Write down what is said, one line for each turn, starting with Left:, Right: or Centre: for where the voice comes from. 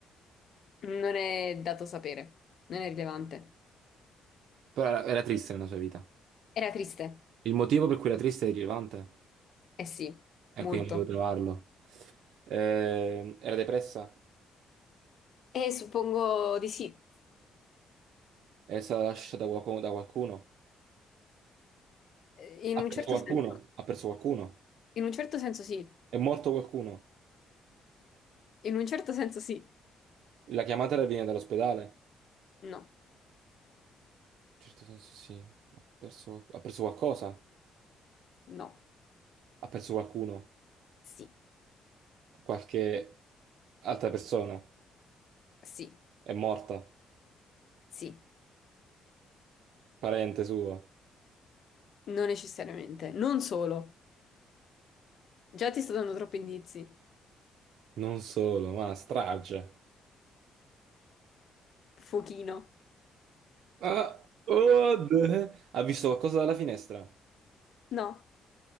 Left: Non è dato sapere, non è rilevante.
Right: Però era, era triste nella sua vita.
Left: Era triste.
Right: Il motivo per cui era triste è rilevante.
Left: Eh sì,
Right: E
Left: molto.
Right: quindi non potevo trovarlo. Eh, era depressa?
Left: E suppongo di sì.
Right: È stata lasciata da qualcuno? da qualcuno?
Left: Eh, In
Right: Ha
Left: un
Right: perso
Left: certo
Right: qualcuno?
Left: senso,
Right: Ha perso qualcuno?
Left: in un certo senso sì,
Right: È morto qualcuno?
Left: in un certo senso sì,
Right: La chiamata era venuta dall'ospedale? In
Left: no,
Right: certo senso sì. Ha perso, ha perso qualcosa?
Left: no,
Right: Ha perso qualcuno?
Left: sì,
Right: Qualche altra persona?
Left: sì,
Right: È morta?
Left: sì,
Right: Parente suo?
Left: non necessariamente, non solo. Già ti sto dando troppi indizi.
Right: Non solo, ma una strage.
Left: Fuochino,
Right: Ah, oh, d- ha visto qualcosa dalla finestra?
Left: no,